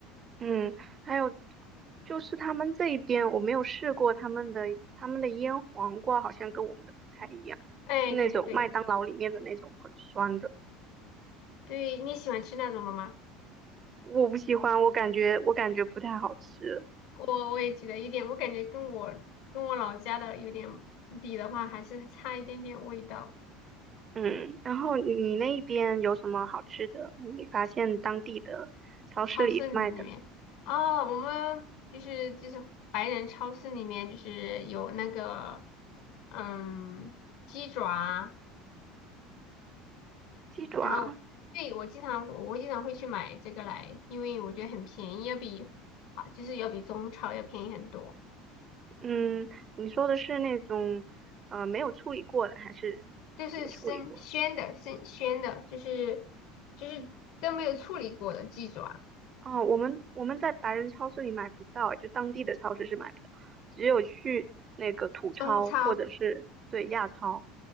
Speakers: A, on the right; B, on the left.
A: 嗯，还有就是他们这一边我没有试过他们的他们的腌黄瓜，好像跟我们的不太一样，
B: 哎，
A: 是那种麦当劳里面的那种很酸的，
B: 对对对，对你喜欢吃那种的吗？
A: 我不喜欢，我感觉我感觉不太好吃。
B: 我我也觉得有点，我感觉跟我跟我老家的有点比的话，还是差一点点味道。
A: 嗯，然后你那边有什么好吃的？你发现当地的超市里卖的
B: 超市里面哦，我们就是就是白人超市里面就是有那个嗯鸡爪啊，
A: 鸡爪？
B: 然后对我经常我经常会去买这个来，因为我觉得很便宜，要比啊就是要比中超要便宜很多，
A: 嗯，你说的是那种呃没有处理过的，还是有处理过的？
B: 都是生鲜的生鲜的，就是就是都没有处理过的鸡爪，
A: 哦，我们我们在白人超市里买不到，就当地的超市是买不到，只有去那个土超或者是对亚超。
B: 中超。